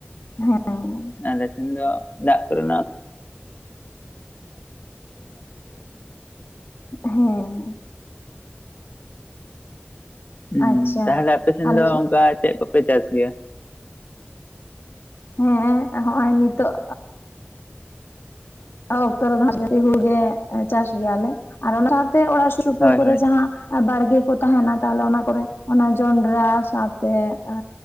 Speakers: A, on the left; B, on the left.
A: ᱦᱮᱸ
B: ᱟᱞ ᱥᱮ ᱫᱚ ᱫᱟᱜ ᱠᱚᱫᱚ
A: ᱦᱮᱸ
B: ᱦᱩᱸ
A: ᱟᱪᱪᱷᱟ
B: ᱛᱟᱦᱞᱮ ᱟᱯᱮ ᱥᱮᱱ
A: ᱟᱞᱮ
B: ᱫᱚ
A: ᱥᱮᱫ
B: ᱚᱱᱠᱟ ᱪᱮᱫ ᱠᱚᱯᱮ ᱪᱟᱥ ᱜᱮᱭᱟ?
A: ᱦᱮᱸ ᱦᱚᱸᱜᱼᱚᱭ ᱱᱤᱛᱚᱜ ᱚᱠᱛᱚ ᱨᱮᱫᱚ ᱡᱟᱛᱤ ᱦᱩᱲᱜᱮ ᱪᱟᱥ ᱜᱮᱭᱟᱞᱮ ᱟᱨ ᱚᱱᱟ ᱚᱲᱟᱜ ᱥᱩᱨ ᱥᱯᱩᱨ
B: ᱦᱳᱭ
A: ᱠᱚᱨᱮ
B: ᱦᱳᱭ
A: ᱡᱟᱦᱟᱸ ᱵᱟᱲᱜᱮ ᱠᱚ ᱛᱟᱦᱮᱱᱟ ᱛᱟᱦᱞᱮ ᱚᱱᱟ ᱠᱚᱨᱮ ᱚᱱᱟ ᱡᱚᱱᱰᱨᱟ ᱥᱟᱶᱛᱮ ᱟ